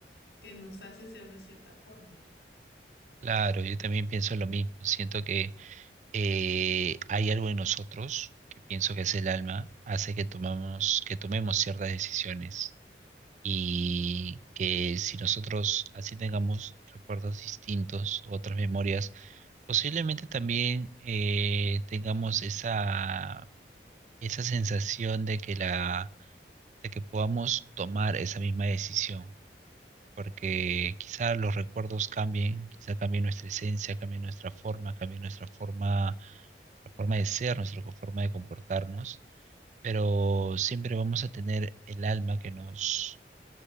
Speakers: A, on the left; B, on the right.
A: que nos hace ser de cierta forma.
B: Claro,
A: Ok.
B: yo también pienso lo mismo. Siento que eh, hay algo en nosotros, que pienso que es el alma, hace que tomamos, que tomemos ciertas decisiones. Y que si nosotros así tengamos recuerdos distintos, otras memorias, posiblemente también eh, tengamos esa esa sensación de que la, de que podamos tomar esa misma decisión, porque quizá los recuerdos cambien, quizá cambie nuestra esencia, cambie nuestra forma, cambie nuestra forma, nuestra forma de ser, nuestra co- forma de comportarnos, pero siempre vamos a tener el alma que nos,